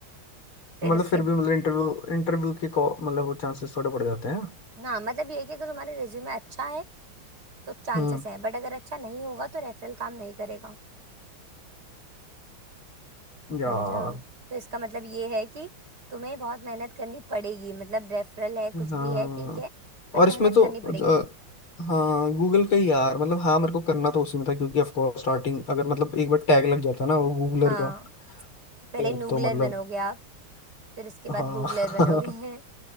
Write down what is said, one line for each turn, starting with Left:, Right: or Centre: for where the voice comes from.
Right: फिर
Left: तो मतलब
Right: उसके
Left: फिर
Right: बाद-
Left: भी मतलब इंटरव्यू इंटरव्यू के call- मतलब वो चांसेस थोड़े बढ़ जाते हैं
Right: हाँ मतलब ये है कि अगर तुम्हारा रेज्यूमे अच्छा है तो चांसेस
Left: हम्म
Right: है बट अगर अच्छा नहीं होगा तो रेफरल काम नहीं करेगा
Left: यार
Right: समझा तो इसका मतलब ये है कि तुम्हें बहुत मेहनत करनी पड़ेगी मतलब रेफरल है कुछ
Left: हाँ
Right: भी है ठीक है बट
Left: और
Right: मेहनत
Left: इसमें तो
Right: करनी
Left: अ,
Right: पड़ेगी
Left: हाँ गूगल का ही यार मतलब हाँ मेरे को करना तो उसी में था क्योंकि ऑफ कोर्स स्टार्टिंग अगर मतलब एक बार टैग लग जाता ना वो गूगलर
Right: हाँ
Left: का
Right: पहले
Left: फिर
Right: नूगलर
Left: तो मतलब
Right: बनोगे आप फिर उसके बाद
Left: हाँ
Right: गूगलर बनोगे <laughs>
Left: <laughs>